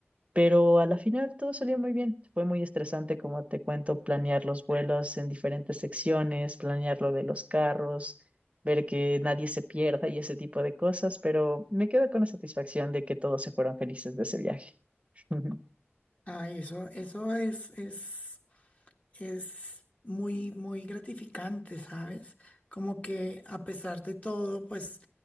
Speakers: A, on the right; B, on the left.
A: Pero a la final todo salió muy bien. Fue muy estresante, como te cuento, planear los vuelos en diferentes secciones, planear lo de los carros, ver que nadie se pierda y ese tipo de cosas, pero me quedo con la satisfacción de que todos se fueron felices de ese viaje. <laughs>
B: Ay, eso, eso es, es. es muy, muy gratificante, ¿sabes? Como que a pesar de todo, pues